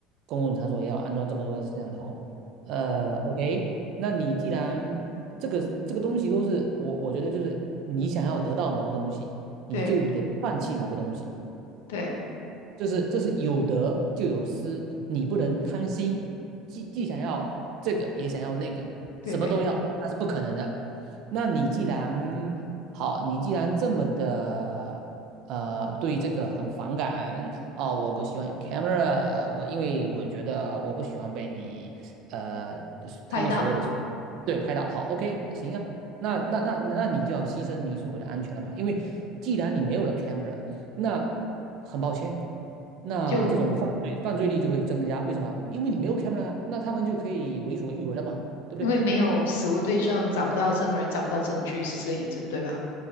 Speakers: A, on the right; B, on the left.
A: 公共场所也要安装这么多的摄像头？呃，OK，那你既然这个这个东西都是我，我觉得就是你想要得到某个东西，你就得放弃某个东西。
B: 对对
A: 就是这是有得就有失，你不能贪心，既既想要这个也想要那个，
B: 对对，
A: 什么都要，那是不可能的。那你既然好，你既然这么的呃对这个很反感啊、我不喜欢有 camera，我因为我觉得我不喜欢被你呃
B: 拍到。
A: 他们所谓的所对拍到好，OK，那行啊，那那那那你就要牺牲你所谓的安全了吧？因为既然你没有了 camera，那很抱歉。那这种犯罪犯罪率就会增加。
B: 就。
A: 为什么？因为你没有 camera 啊，那他们就可以为所欲为了嘛，对不对？
B: 因为没有死无对证，找不到证人，找不到证据，是这个意思，对吧？